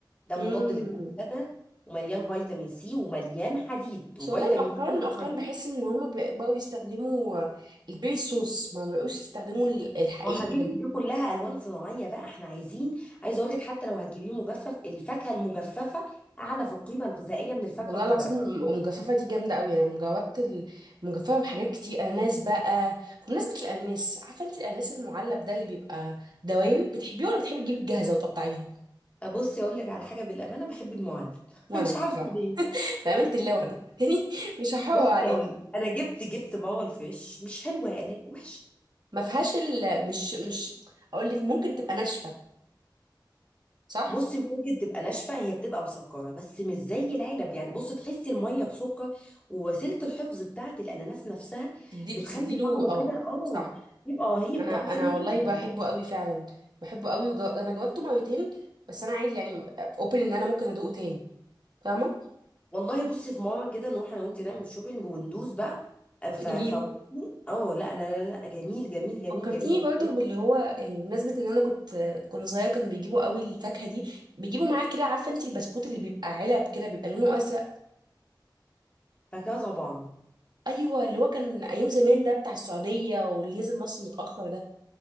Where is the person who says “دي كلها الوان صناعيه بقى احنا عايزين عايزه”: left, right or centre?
Left